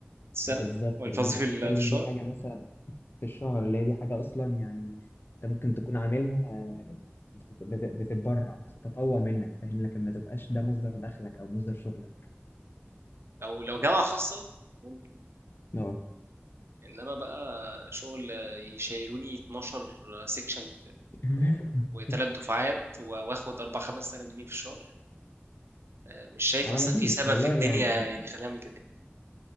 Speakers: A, on the right (about 75°); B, on the left (about 60°).
A: السنة
B: بالظبط
A: ولا
B: اللي
A: قصدي
B: انت بتتكلم
A: في ال- في الشهر
B: دي حاجه مثلا في الشهر اللي هي دي حاجه اصلا يعني انت ممكن تكون عاملها بت- بت- بتتبرع مثلا تطوع منك فاهم لكن ما تبقاش ده مصدر دخلك او مصدر شغلك
A: أو لو جامعة خاصة ممكن
B: اه
A: إنما بقى شغل يشيلوني 12 سيكشن
B: <laughs>
A: وثلاث دفعات و- واخد 4 5000 جنيه في الشهر آه، مش شايف
B: على
A: أصلا
B: ما فيش
A: في سبب
B: والله
A: في الدنيا
B: يعني م-
A: يعني خلينا نعمل كده يعني.